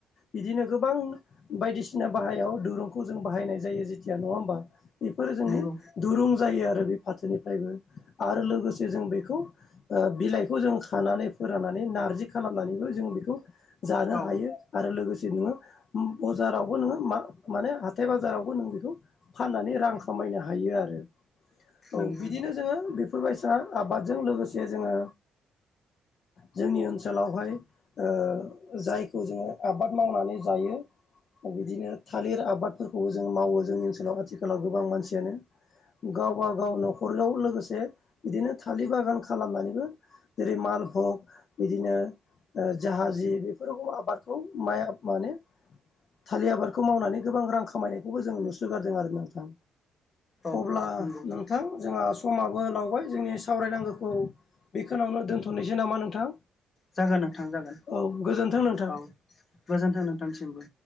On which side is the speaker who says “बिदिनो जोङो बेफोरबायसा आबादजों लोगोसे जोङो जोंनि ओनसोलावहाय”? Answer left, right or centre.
Left